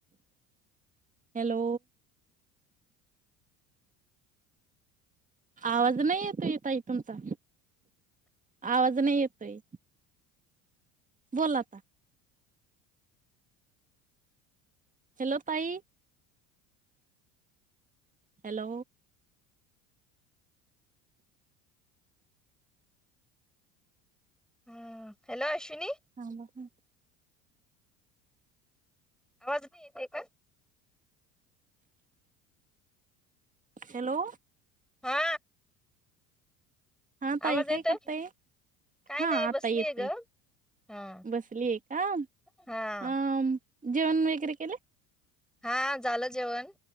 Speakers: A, on the right; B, in the centre.
A: हॅलो आवाज नाही येतोय ताई तूमचा आवाज नाही येतोय. बोल आता, हॅलो ताई, हॅल
B: हम्म हॅलो अश्विनी
A: हा ब ह
B: आवाज नाही येते का.
A: हॅलो
B: हा
A: हा ताई
B: आवाज येतोय
A: काय करताय,
B: काय
A: हा
B: नाही
A: आता
B: बसलीय
A: येतय
B: ग हा
A: बसली आहे. का
B: हा
A: अ जेवण वगैरे केला
B: हा झालं जेवण.